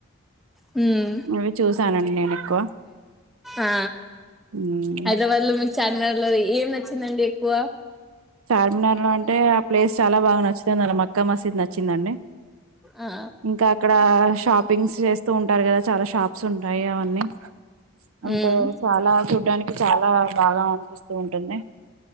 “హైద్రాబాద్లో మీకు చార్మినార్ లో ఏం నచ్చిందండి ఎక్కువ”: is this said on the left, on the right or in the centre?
Centre